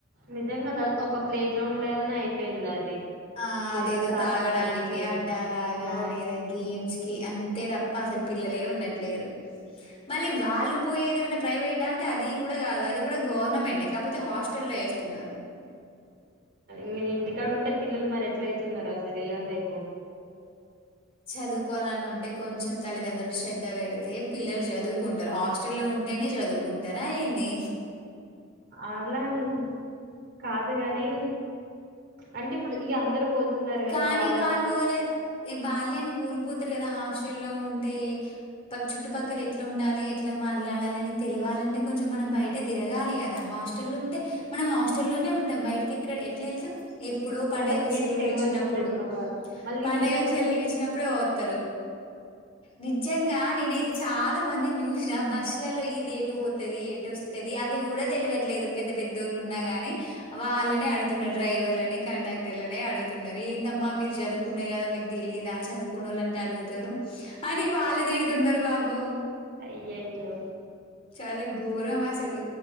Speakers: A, on the right; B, on the left.
A: నిజంగా ఒక ప్లే గ్రౌండ్ లాగానే అయిపోయింది అది
B: ఆ
A: క్రీడా
B: అదేదో
A: ప్రాంగణం
B: తాగడానికి
A: అంతే
B: అడ్డా లాగా
A: ఆ
B: లేదా గేమ్స్ కి అంతే తప్ పసలు పిల్లలే ఉండట్లేరు మళ్ళీ వాళ్ళు పోయ ఏదమైనా ప్రైవేట్ అంటే అది కూడా కాదు అది కూడా గవర్నమెంట్ే కాకపోతే హాస్టల్లో వేస్తున్నారు
A: ఇ ఇంటికాడ ఉంటే పిల్లలు మరి ఎట్ల అయితున్నారో అసలు ఇయ్యాలి రేపు
B: చదువుకోవాలని ఉంటే కొంచెం తల్లిదండ్రులు శ్రద్ధ పెడితే పిల్లలు చదువుకుంటారు హాస్టల్ లో ఉంటేనే చదువుకుంటారుా ఏంది నే
A: అలానే కాదు కానీ అంటే ఇప్పుడు ఇగ అందరు పోతున్నారు కదా
B: కానీ
A: వాళ్ళ
B: వాళ్ళు వాళ్ళ ఏ బాల్యాన్ని కోల్ప్ పోతారు కదా హాస్టల్ల్లో ఉంటే ఫక్ చుట్టుపక్కల ఎట్లా ఉండాలి ఎట్లా మాట్లాడాలిని తెల్వ వాలంటే కొంచెం మనం బయట తిరగాలి కదా హాటల్ ఉంటే మనం హాటల్లోనే ఉంటాం బయటికి ఎక్కడ ఎట్ వెళ్తాం ఎప్ పండుగకి
A: వాళ్ళకేం
B: సెలవులు
A: తెలవదు
B: ఇచ్చినప్పుడు
A: నిజంగా అవ్వ. మళ్ళీ
B: పండుగ
A: ఇంటికాడ
B: సెలవులు
A: ఉన్-
B: ఇచ్చినప్పుడుే వతారు నిజంగా నేనైతే చాలా మంది చుసిన బస్సులలో ఇది ఎటు పోతుది ఎటు వస్తుది ఆ అది కూడా తెలియట్లేదు పెద్ద పెద్దోళ్ళ ఉన్నా గాని వాళ్ళని అడుతున్నారు డ్రైవర్ అని కండక్ క్టర్లనే అడుగుతున్నాది ఏందమ్మా మీరు చదువుకున్నారు కదా మీకు తెలియదా చదువుకున్న వాళ్ళంటే అడుగుతారు అని వాళ్ళు తిడుతున్నారు పాాపం
A: అయ్యయ్యో
B: చాలా ఘోరం అస్ సలు